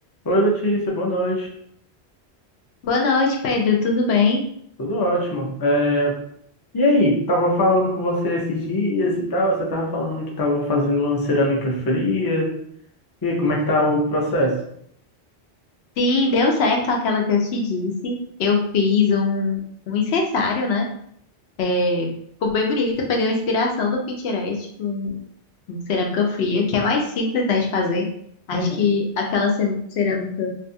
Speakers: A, on the left (about 30°); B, on the left (about 75°).
A: Oi, Letícia, boa noite.
B: Boa noite, Pedro. Tudo bem?
A: Tudo ótimo. É, E aí, tava falando com você esses dias e tal, você tava falando que tava fazendo uma cerâmica fria. E aí, como é que tá o processo?
B: Sim, deu certo aquela que eu te disse. Eu fiz um, um incensário, né? É, ficou bem bonito. Eu peguei uma inspiração do Pinterest com, com cerâmica fria, que é mais simples, né, de fazer. Acho
A: Uhum.
B: que aquela ce- cerâmica